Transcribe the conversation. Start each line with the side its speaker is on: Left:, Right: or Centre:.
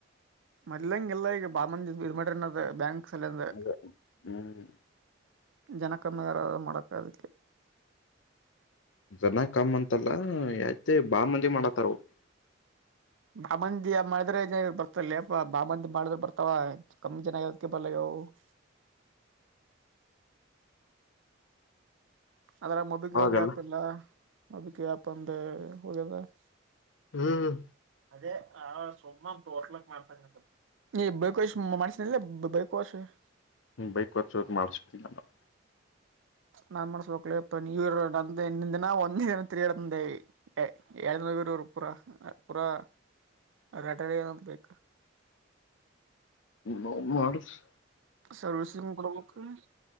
Right: ಮೊದ್ಲಾಂಗಿಲ್ಲ ಈಗ ಬಾಳ್ ಮಂದಿ ಇದ್ ಮಾಡಲ್ಲ ಬ್ಯಾಂಕ್ ಸಾಲ ಅಂದ
Left: ಅದ ಹ್ಮ್
Right: ಜನ ಕಮ್ಮಿಗಾರಾದ ಮಾಡಬೇಕ ಅದಕ್ಕೆ
Left: ಜನ ಕಮ್ಮ್ ಅಂತಲ್ಲ ಆಯ್ತೆ! ಬಾ ಮಂದಿ ಮಾಡತಾರಾ, ಅವರು. <inaudible>
Right: ಬಾಮಂದಿ ಮಾಡಿದ್ರೆ, ಬರ್ತಲ್ಲ ಅಪ್ಪ ಚಾಮಂದಿ ಮಾಡಿದ್ರ, ಬರ್ತ ಕಮ್ ಚೆನ್ನಾಗಿರೋದಕ್ಕೆ, ಹೇಳು. <inaudible> ಓ. <inaudible> ಅದ್ರ, ಮೊಬಿಕ
Left: ಅವಾಗೆಲ್ಲ
Right: ಒಂದು ಆ್ಯಪ್ ಇಲ್ಲ ಅದುಕ್ಕೆ, ಆ್ಯಪ್ ಒಂದು, ಹೋಗ್ಯದ? <inaudible>
Left: ಹ್ಮ್. ಹೂ. <inaudible>
Right: ಅದೇ, ಆ ಸುಮ್ಮ ತೋಟ್ಲಕ್ ಮಾಡ್ತಂಗತ. <inaudible> ಈ, ಬೈಪಾಸ್ ಮಾಡಿಸಿ, ಕೊಂಡರೆ, ಬೈಪಾಸ್. <inaudible>
Left: ಹ್ಮ, ಬೈಕ್ ಒಂದುಚೂರು, ಮಾಡಿಸಿಲ್ಲ. <inaudible>
Right: ನಾನ್, ಮಾಡಿಸ್ಬೇಕುಲೆ, ಬೆಂಗಳೂರು ನಂದೇ ಇಂದಿನ! ಒಂದೇ ರೀತಿ ಇಲ್ಲೆ, ಹೇ? <inaudible> ರವಿರೂರಪುರ, ಪುರಾ, ಲೆಟರ್, ಏನೂಕೆ, ಬೇಕು. <inaudible>
Left: ಹೋಗು ಮಾಡಿಸು. <inaudible>
Right: ಸೇರ್ವಿಸನಿಂಗೆ, ಬಾರಲವಮ್ಮ?